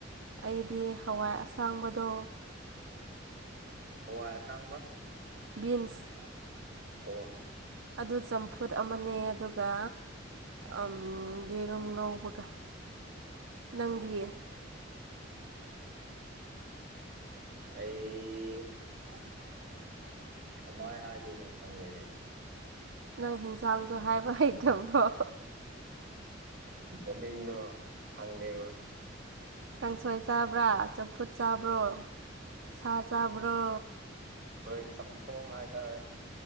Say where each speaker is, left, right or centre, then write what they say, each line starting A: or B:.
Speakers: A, on the right (about 80°); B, on the right (about 45°).
A: ꯑꯩꯗꯤ ꯍꯋꯥꯏ ꯑꯁꯥꯡꯕꯗꯣ
B: ꯍꯥ ꯋꯥꯏ ꯑꯥ ꯁꯥꯡꯕ
A: ꯕꯤꯟꯁ
B: ꯑꯣ
A: ꯑꯗꯨ ꯆꯝꯐꯨꯠ ꯑꯃꯅꯦ ꯑꯗꯨꯒ ꯎꯝ ꯌꯦꯔꯨꯝ ꯉꯧꯕꯒ ꯅꯪꯗꯤꯌꯦ
B: ꯑꯩ
A: ꯍ
B: ꯀꯃꯥꯏ ꯍꯥꯏꯗꯣꯏꯅꯣ ꯈꯪꯗꯦꯅꯦ
A: ꯅꯪ ꯌꯦꯟꯁꯥꯡꯁꯨ ꯍꯥꯏꯕ ꯍꯩꯇꯕ꯭ꯔꯣ
B: ꯃꯃꯤꯡꯗꯣ ꯈꯪꯗꯦꯕ
A: ꯀꯥꯡꯁꯣꯏ ꯆꯥꯕ꯭ꯔꫭ ꯆꯝꯐꯨꯠ ꯆꯥꯕ꯭ꯔꯣ ꯁꯥ ꯆꯥꯕ꯭ꯔꯣ
B: ꯍꯣꯏ ꯆꯝꯊꯣꯡ ꯍꯥꯏꯕꯥ ꯇꯥꯔꯦ